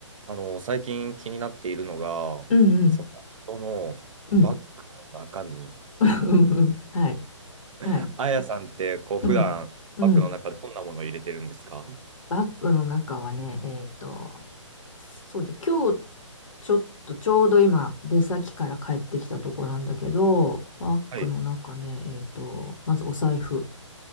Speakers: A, on the right (about 80°); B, on the left (about 80°).
A: あの、最近気になっているのが、
B: うんうん。
A: その人のバッグの中身。
B: うん <laughs>。うんうん。はい。
A: <laughs>
B: はい。
A: あやさんって、こう、普段バッグの中どんなものを入れてるんですか
B: うん。うん。バッグの中はね、えっと、そうで、今日ちょっとちょうど今出先から帰ってきたとこなんだけど、バッグの中ね、
A: はい、
B: えっと、まずお財布。